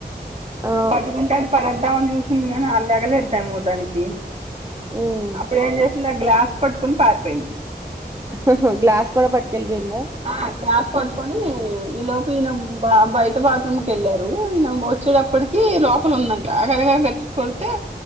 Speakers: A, on the right; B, on the right.
A: ఆ
B: పట్టుకుంటారు పడేద్దామ అని చూసింది గానీ అళ్ లేగలేద్దాం మో దానికి
A: ఉమ్
B: అప్పుడు ఏం చేసింది ఆ గ్లాస్ పట్టుకుని పారిపోయింది.
A: హ్హ్ గ్లాస్ కూడా పట్టుకెళ్ళిపోయిందా?
B: ఆ గ్యాస్ పట్టుకొని ఈ లోప్ ఈయన బ బయట బాత్రూమ్ కెళ్లారు ఈయన ఒచ్చేటప్పటికి ఈ లోపల ఉందంట అగద గ గట్తి కొడితే